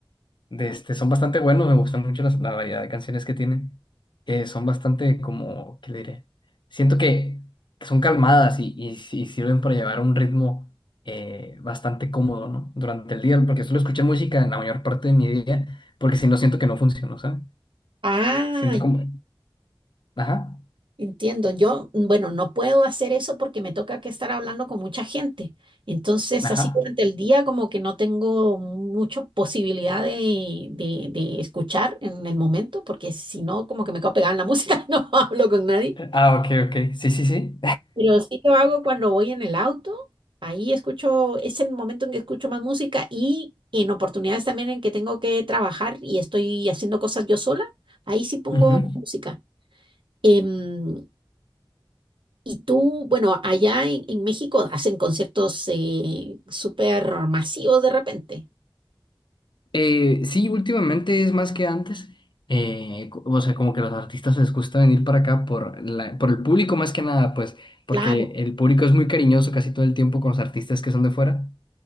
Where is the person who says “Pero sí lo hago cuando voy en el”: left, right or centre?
Right